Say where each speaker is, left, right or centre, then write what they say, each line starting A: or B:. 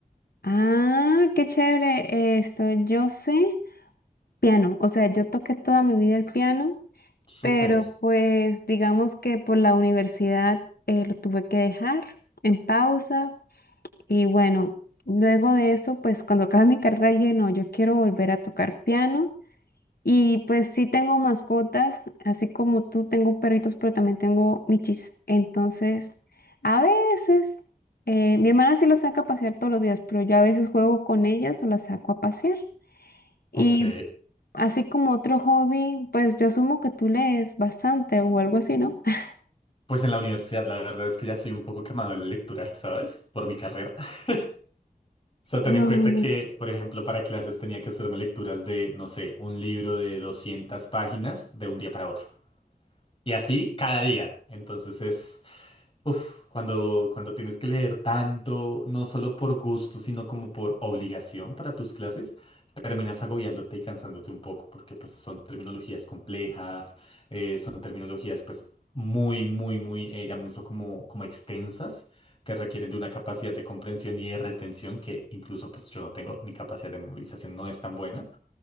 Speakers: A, on the left; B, on the left.
A: Ah, qué chévere. eh, Esto, yo sé piano, o sea, yo toqué toda mi vida el piano,
B: Súper.
A: pero pues digamos que por la universidad eh, lo tuve que dejar en pausa y bueno, luego de eso, pues cuando acabé mi carrera dije, no, yo quiero volver a tocar piano y pues sí tengo mascotas, así como tú tengo perritos, pero también tengo michis. Entonces, a veces, eh, mi hermana sí los saca a pasear todos los días, pero yo a veces juego con ellas o las saco a pasear. Y
B: Ok.
A: así como otro hobby, pues yo asumo que tú lees bastante o algo así, ¿no? <laughs>
B: Pues en la universidad la verdad es que ya soy un poco quemado de la lectura, ¿sabes? Por mi carrera. <laughs> O sea, ten
A: No,
B: en cuenta que, por ejemplo, para clases tenía que hacerme lecturas de, no sé, un libro de 200 páginas de un día para otro. Y así cada día. Entonces es, uf, cuando, cuando tienes que leer tanto, no solo por gusto, sino como por obligación para tus clases, terminas agobiándote y cansándote un poco, porque pues son terminologías complejas, eh, son terminologías pues muy, muy, muy, eh, llamémoslo como, como extensas, que requieren de una capacidad de comprensión y de retención que incluso pues yo no tengo, mi capacidad de memorización no es tan buena